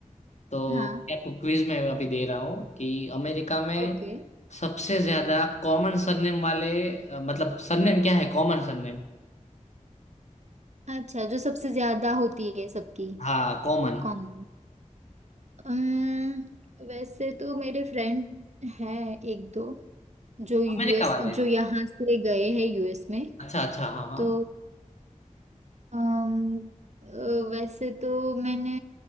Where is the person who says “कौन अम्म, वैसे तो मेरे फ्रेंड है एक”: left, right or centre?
Right